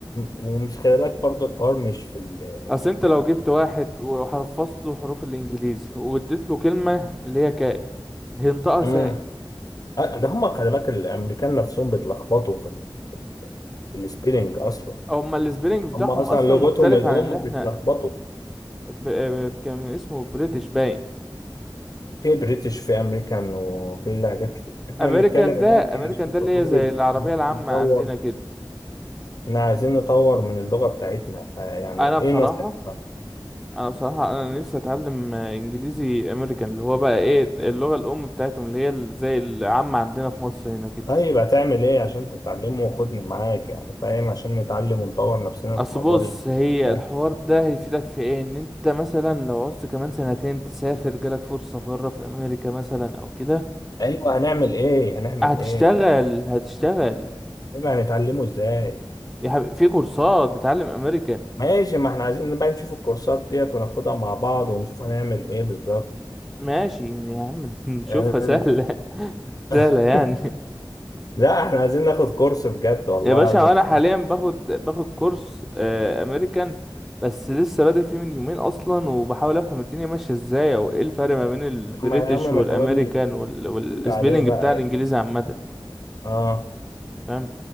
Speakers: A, on the left (about 45°); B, in the centre.
A: ومش خلي بالك برضه الحوار مش في ال
B: اصل انت لو جبت واحد وحفظته حروف الانجليزي واديت له كلمة اللي هي كات هينطقها
A: مم.
B: سات
A: آه، ده هم خلي بالك الأمريكان نفسهم بيتلخبطوا في, ال... في السبيلينج أصلا
B: هما السبيلنج بتاعهم
A: هم أصلا
B: اصلا
A: لغتهم
B: مختلف
A: الأم
B: عن اللي احنا
A: بيتلخبطوا
B: ب... ب- كان اسمه بريتش باين
A: في بريتش في أمريكان وفي لهجات كتير إحنا
B: امريكان
A: بنتكلم
B: ده
A: دلوقتي
B: امريكان
A: عشان
B: ده اللي
A: تطوير
B: هي زي
A: ال-
B: العربية
A: إن إحنا
B: العامة
A: نطور
B: عندنا كده
A: إحنا عايزين نطور من اللغة بتاعتنا فيعني
B: انا
A: إيه
B: بصراحة
A: نصيحتك
B: انا بصراحه انا نفسي اتعلم آه، انجليزي امريكان اللي هو بقى ايه اللغه الام بتاعتهم اللي هي ال- زي العامه عندنا في مصر هنا كده
A: طيب هتعمل ايه عشان تتعلمه وخدني معاك يعني فاهم عشان نتعلم ونطور نفسنا
B: اصل
A: في الموضوع
B: بص
A: ده
B: هي
A: ده.
B: الحوار ده هيفيدك في ايه ان انت مثلا لو عوزت كمان سنتين تسافر جالك فرصه بره في امريكا مثلا او كده
A: ايوه هنعمل ايه هنعمل
B: هتشتغل
A: ايه
B: هتشتغل
A: طيب هنتعلمه ازاي
B: يا حبيبي في كورسات بتعلم امريكان
A: ماشي ما احنا عايزين بقى نشوف الكورسات ديت وناخدها مع بعض ونشوف هنعمل ايه بالظبط
B: ماشي يعني يا عم <laughs> نشوفها
A: يعني-
B: سهله <laughs>
A: <laughs>
B: سهله يعني
A: لا احنا عايزين ناخد كورس بجد والله
B: يا باشا
A: عايز أتكلم.
B: انا حاليا باخد باخد كورس آه، امريكان بس لسه بادئ فيه من يومين اصلا وبحاول افهم الدنيا ماشيه ازاي او ايه الفرق ما بين البريتش
A: اما يا عم
B: والامريكان
A: ما تقول لي تقول
B: وال... والسبيلنج
A: لي عليه بقى
B: بتاع الانجليزي
A: يعني.
B: عامه
A: اه
B: فاهم